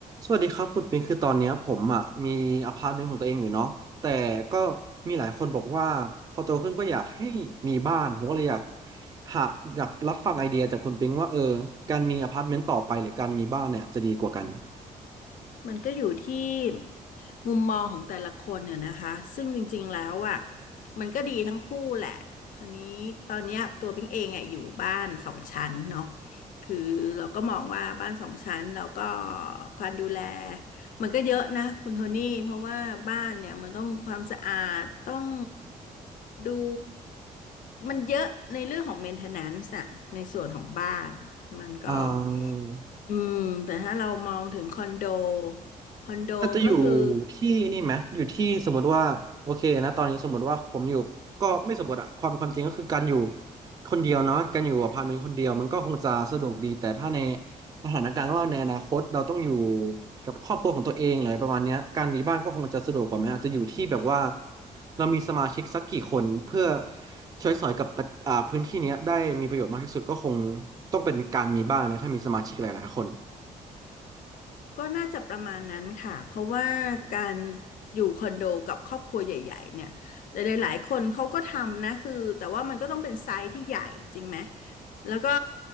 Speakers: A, on the right; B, on the left.
A: สวัสดีครับคุณปิงคือตอนเนี้ยผมอ่ะมีอพาร์ตเมนต์ของตัวเองอยู่เนาะแต่ก็มีหลายคนบอกว่าพอโตขึ้นก็อยากให้มีบ้านผมก็เลยอยากหาอยากรับฟังไอเดียจากคุณปิงว่าเออการมีอพาร์ตเมนต์ต่อไปหรือการมีบ้านเนี่ยจะดีกว่ากัน
B: มันก็อยู่ที่มุมมองของแต่ละคนเนี่ยนะคะซึ่งจริงๆแล้วอ่ะมันก็ดีทั้งคู่แหละคราวนี้ตอนเนี้ยตัวพิงเองอ่ะอยู่บ้านสองชั้นเนาะคือเราก็มองว่าบ้านสองชั้นแล้วก็การดูแลมันก็เยอะนะคุณโทนี่เพราะว่าบ้านเนี่ยมันต้องความสะอาดต้องดูมันเยอะในเรื่องของ maintenance อะในส่วนของบ้านมันก็
A: อ่า
B: อืมแต่ถ้าเรามองถึงคอนโดคอนโดก็คือ
A: มันจะอยู่ที่นี่ไหมอยู่ที่สมมติว่าโอเคนะตอนนี้สมมติว่าผมอยู่ก็ไม่สมมติอะความความจริงก็คือการอยู่คนเดียวเนาะการอยู่อพาร์ตเมนต์คนเดียวมันก็คงจะสะดวกดี แต่ถ้าในสถานการณ์ว่าในอนาคตเราต้องอยู่กับครอบครัวของตัวเองอะไรประมาณเนี้ยการมีบ้านก็คงจะสะดวกกว่าไหมอาจจะอยู่ที่แบบว่าเรามีสมาชิกสักกี่คนเพื่อใช้สอยกับปะอ่าพื้นที่เนี้ยได้มีประโยชน์มากที่สุดก็คงต้องเป็นการมีบ้านไหมถ้ามีสมาชิกหลายๆคน
B: ก็น่าจะประมาณนั้นค่ะเพราะว่าการอยู่คอนโดกับครอบครัวใหญ่ๆเนี่ยแต่หลายๆคนเขาก็ทำนะคือแต่ว่ามันก็ต้องเป็นไซส์ที่ใหญ่จริงไหมแล้วก็